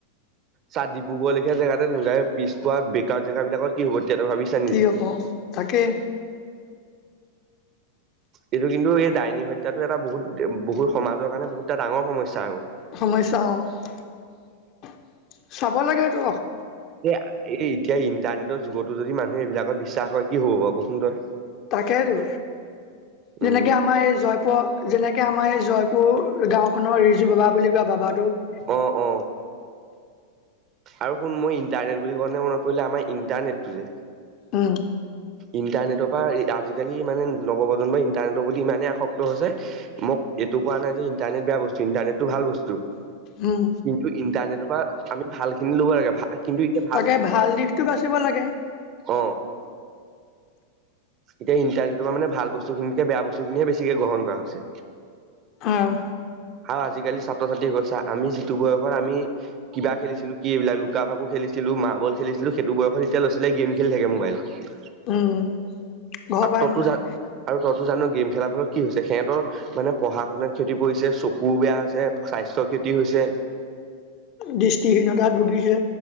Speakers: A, on the right; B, on the left.
A: চাহ ডিব্ৰুগড লেখীয়া জেগাতে তেনেকুৱা পিছ পোৱা বে জেগা বিলাকত কি হব তেতিয়াত ভাবিছা নেকি
B: কি হ'ব তাকেই
A: এইটো কিন্তু এই ডাইনী হত্যাটো এটা বহুত বহুত সমাজৰ কাৰণে বহুত এটা ডাঙৰ সমস্যা আকৌ
B: সমস্যা <inaudible> চাব লাগেটো
A: এ এ এতিয়া ইণ্টাৰনেটৰ যুগতো যদি মানুহে এইবিলাকৰ বিশ্বাস কৰে কি হ'ব বাৰু কচোন তই
B: তাকেইতো
A: উম
B: যেনেকে আমাৰ এই জয়পুৰ যেনেকৈ আমাৰ এই জয়পুৰ গাঁওখনৰ ৰিজু বাবা বুলি কোৱা বাবাটোক
A: অ অ আৰু শুন মই ইন্টাৰনেট বুলি কওঁতে মনত পৰিলে আমাৰ ইণ্টাৰনেটটো যে
B: উম
A: ইণ্টাৰনেটৰ পৰা আজিকালি মানে নৱ প্ৰ্ৰজন্মৰ ইন্টাৰনেটৰ বুলি ইমানেই আসক্ত হৈছে মোক এইটো কোৱা নাই যে ইণ্টাৰনেট বেয়া বস্তু ইণ্টাৰনেটটো ভাল বস্তু
B: উম
A: কিন্তু ইন্টাৰনেটৰ পৰা আমি ভাল খিনি ল'ব লাগে ভাল কিন্তু এতিয়া ভাল
B: তাকে দিশটো বাচিব লাগে
A: অ এতিয়া ইণ্টাৰনেটৰ পৰা মানে ভাল বস্তুখিনে বেয়া বস্তু খিনিহে বেছিকে গ্ৰহণ কৰা হৈছে
B: অহ
A: আৰু আজিকালি ছাত্ৰ ছাত্ৰীসকল চা আমি যিটো বয়সত আমি কিবা খেলিছিলো কি এইবিলাক লুকা ভাকো খেলিছিলো খছিলো মাৰ্বল খেলিছিলো সেইটো বয়সত এতিয়া লৈছিলে গেম খেল থাকে মোবাইলত
B: উম ঘৰৰ
A: আৰু
B: পৰাই
A: ততো
B: নোলায়
A: যাক আৰু তত জানো গেম খেলাৰ ফলত কি হৈছে সিহতৰ মানে পঢ়া শুনাত ক্ষতি পৰিছে চ কোৰ বেয়া হৈছে স্বাস্থ্যৰ ক্ষতি হৈছে
B: ডৃষ্টিহীনতাত ভূগীছে